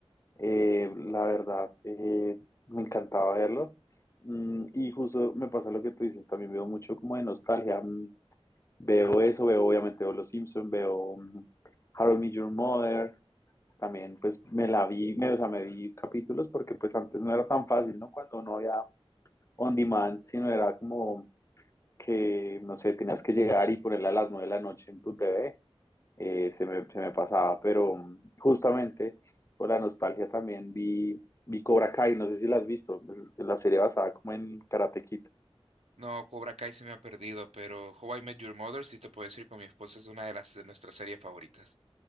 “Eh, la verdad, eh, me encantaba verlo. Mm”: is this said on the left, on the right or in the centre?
Left